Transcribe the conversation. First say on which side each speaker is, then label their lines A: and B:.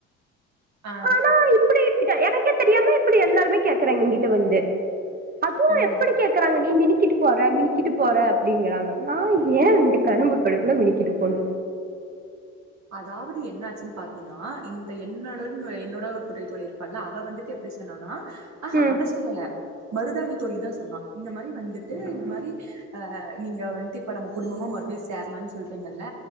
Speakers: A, on the right; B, on the right.
A: ஆ
B: ஆனா இப்புடி டடா எனக்கே தெரியாம இப்புடி எல்லாருமே கேக்குறாங்க எங்கிட்ட வந்து அதுவு
A: ம்
B: எப்புடி கேக்குறாங்க நீ மினிக் மினிக்கிட்டு போற மினிக்கிட்டு போற அப்டிங்கறாங்க நா ஏ கரும்பு கொட கூட மினிக்கிட்டு போணு
A: அதாவது என்ன ஆச்சுன்னு பாத்தீன்னா இந்த என்னோட என்னோட ஒரு குற்றை தோழி இருப்பாள அவ வந்துட்டு எப்புடி சொன்னானா ஆஹா
B: ம்
A: அவ சொல்லல மருதாணி தோழி தா சொன்னா இந்த மாதிரி வந்துட்டு இந்த மாதிரி ஆஹ் நீங்க வந்துட்டு இப்ப நம்ம குடும்பமா மறுபடியும் சேரலாம்னு சொல்றீங்கல்ல